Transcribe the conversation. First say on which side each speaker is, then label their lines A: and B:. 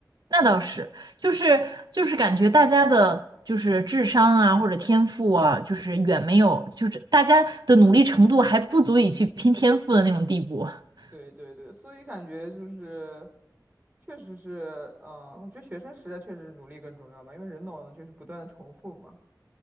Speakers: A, on the right; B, on the right.
A: 那倒是，就是就是感觉大家的，就是智商啊或者天赋啊，就是远没有，就是大家的努力程度还不足以去拼天赋的那种地步。<laughs>
B: 对对对，所以感觉就是，确实是，嗯，我觉得学生时代确实是努力更重要吧，因为人脑就是不断的重复嘛。